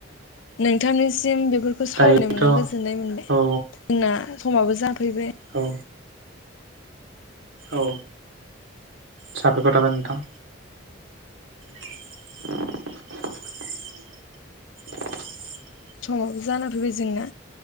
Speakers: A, on the left; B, on the right.
A: नोंथांनिसिम बेफोरखौ सावरायनाय
B: दायोथ'
A: मोना गोजोननाय मोनबाय
B: औ
A: जोंना समाबो जाब फैबाय
B: औ औ साबायखर थाबाय नोंथां <inaudible>
A: समाबो जाना फैबाय जोंना